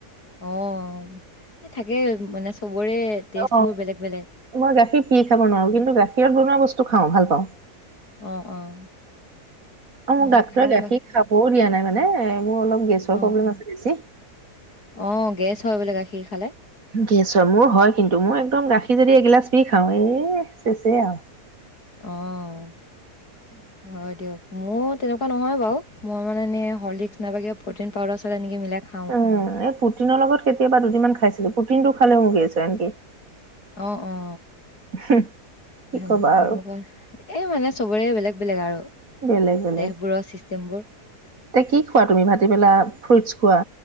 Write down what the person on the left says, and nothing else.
অ', এ, থাকেই মানে চবৰে টেষ্ট
বোৰ বেলেগ বেলেগ।
অ', অ',
মই
খাওঁ
অ',
অ', গেছ হয় বোলে গাখীৰ খালে?
অ', হয় দিয়ক। মোৰ তেনেকুৱা নহয় বাৰু। মই মানে এনে হৰ্লিক্স নাইবা কিবা প্ৰটিন পাউডাৰ-চাউদাৰ এনেকে মিলাই খা
অ', অ'।
হে,
মোৰ অকণমান, এই মানে চবৰে বেলেগ বেলেগ আৰু।
দেহবোৰৰ চিষ্টেমবোৰ